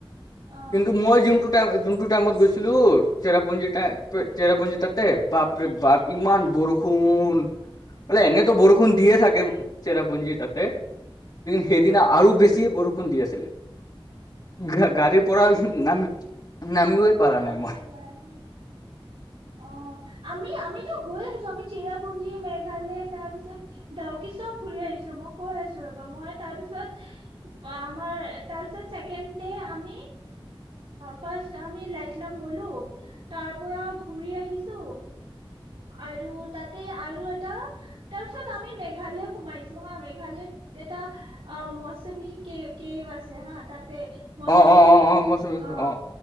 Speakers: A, on the right; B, on the left.
A: অ
B: কিন্তু মই যোনটো যোনটো টাইমত গৈছিলো চেৰাপু্ঞ্জী তা <unintelligible> চেৰাপুঞ্জী তাতে বাৰ ইমান বৰষুণ বলে
A: অ
B: এনেতো বৰষুণ দিয়ে থাকে চেৰাপুঞ্জী তাতে সেইদিনা
A: অ
B: আৰু বেছি বৰষু খুন দি আছিলে গা গাড়ীৰ
A: আচ্ছা
B: পৰা
A: আচ্ছা
B: নামি নামিবই পাৰা
A: নাম
B: নাই মই
A: এইবোৰ পৰা নাই অ আমি আমিতো গৈ আহিছো আমি চিৰাপুঞ্জী মেঘালয় তাৰপিছত ডাউকি চব ঘুৰি আহিছো মই কৈ আছো ৰবা মই তাৰপিছত আমাৰ তাৰপিছত ছেকেণ্ড আমি ফাষ্ট আমি লাইটলাম গলো তাৰ পৰা ঘূৰি আহিছো আৰু তাতে আৰু এটা তাৰ পিছত আমি মেঘালয় সোমাইছো হা মেঘালয়ত এটা অ মৌচুমী কে কেভ আছে হা তাতে মৌচমী
B: অ অ
A: কে
B: অ অ মই চো-
A: অ